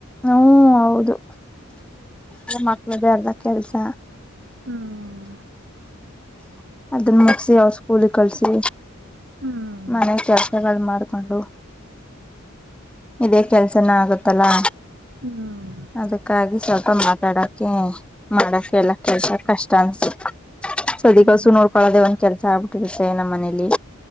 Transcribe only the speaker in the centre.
ಹ್ಮ ಹೌದು ಮಕ್ಳ್ದೇ ಅರ್ದ ಕೆಲ್ಸ
ಅದನ್ನ ಮುಗಸಿ ಅವ್ರ ಸ್ಕೂಲ ಕಳ್ಸಿ
ಮನೆ ಕೆಲಸಗಳು ಮಾಡ್ ಕಂಡು ಇದೇ ಕೆಲ್ಸನ ಆಗುತ್ತಲ್ಲಾ
ಅದಕ್ಕಾಗಿ ಸ್ವಲ್ಪ ಮಾ ಡಕ ಮಾಡಕ ಎಲ್ಲ ಕೆಲ್ಸಕ್ ಕಷ್ಟ ಅನ್ಸಕ್ ಸದ
ಕಸು ನೋಡ್ಕೊಳೋದೆೇ ಒಂದ್ ಕೆಲ್ಸ ಆಗ್ಬಿಟ್ಟಿರುತ್ತೆ ನಮ್ಮ ಮನೇಲಿ